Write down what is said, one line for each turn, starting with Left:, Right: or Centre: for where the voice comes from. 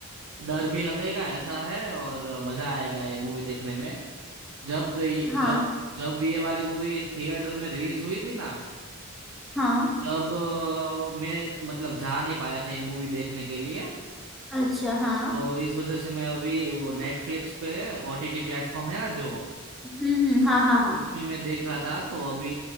Right: डर भी लगेगा ऐसा है और अ, मजा आएगा ये मूवी देखने में जब ये-
Centre: हाँ
Right: जब जब ये वाली मूवी थिएटर में रिलीज हुई थी ना
Centre: हाँ
Right: तब अ, मैं मतलब जा नहीं पाया था ये मूवी देखने के लिए
Centre: अच्छा हाँ
Right: तो इस वजह से मैं अभी वो नेटफ्लिक्स पे ओटीटी प्लेटफॉर्म है ना जो
Centre: हम्म हम्म, हाँ हाँ हाँ
Right: उसमें मैं देख रहा था तो अभी